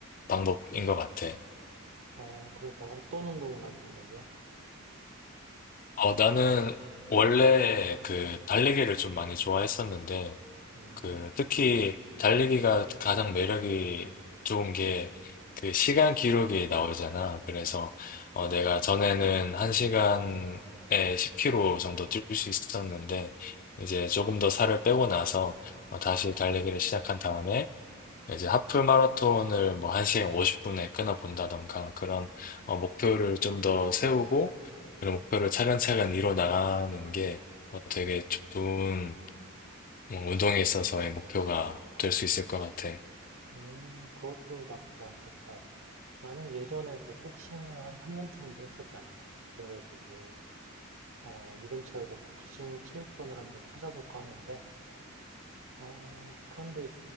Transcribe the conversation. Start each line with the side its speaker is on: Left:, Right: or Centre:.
Left: 방법인 것 같아.
Right: 어, 그래서 어떤 운동을 할 생각이야?
Left: 어, 나는 원래 그 달리기를 좀 많이 좋아했었는데
Right: 음,
Left: 그 특히 달리기가 가장 매력이 좋은 게 그 시간 기록이 나오잖아. 그래서 어, 내가 전에는 1시간에 10km 정도 뛸 수 있었는데 이제 조금 더 살을 빼고 나서 어, 다시 달리기를 시작한 다음에 이제 하프 마라톤을 뭐 1시간 50분에 끊어본다던가 그런 어, 목표를 좀 더 세우고 그런 목표를 차근차근 이뤄 나가는 게 어, 되게 좋은 뭐 운동에 있어서의 목표가 될 수 있을 것 같아.
Right: 음, 그것도 나쁘지 않겠다. 나는 예전에 그 복싱을 한 3년 정도 했었잖아. 그래가지고, 어, 이 근처에서 복싱 체육관을 한번 찾아볼까 하는데, 어, 그런데